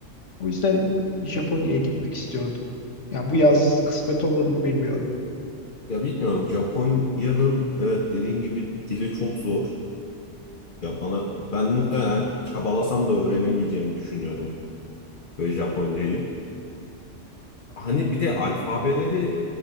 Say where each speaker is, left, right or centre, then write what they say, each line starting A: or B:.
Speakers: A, on the left; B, on the left.
A: O yüzden Japonya'ya gitmek istiyordum. Ya bu yaz kısmet olur mu bilmiyorum.
B: Ya bilmiyorum Japonya'nın evet dediğin gibi dili çok zor. Ya bana ben muhtemelen çabalasam da öğrenemeyeceğimi düşünüyorum böyle Japoncayı. Hani bir de alfabeleri